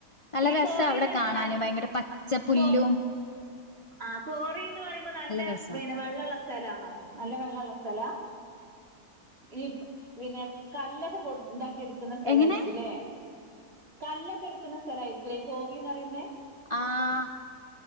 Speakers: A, on the left; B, on the right.
A: നല്ല
B: ഈ
A: രസ
B: കോറീന്ന്
A: അവിടെ
B: പറയുമ്പോ
A: കാണാണ്
B: നല്ല
A: ന് ഭയങ്കര പച്ച പുല്ലെ
B: കോ ആ കോറിന്ന് പറയുമ്പോ നല്ല
A: രസാ
B: പിന്നെ വെള്ളള്ള സ്ഥലണോ നല്ല വെള്ളള്ള സ്ഥല
A: <unintelligible>
B: ഈ പിന്നെ കല്ലൊക്കെ പൊ ഇതാക്കി ടുക്കുന്ന സ്ഥലാ
A: എങ്ങനെ
B: യിരിക്കുംല്ലേ കല്ലൊക്കെ എടുക്കുന്ന സ്ഥല ആയിരിക്കുംല്ലേ ഈ കോറിന്ന് പറയുന്നേ
A: ആഹ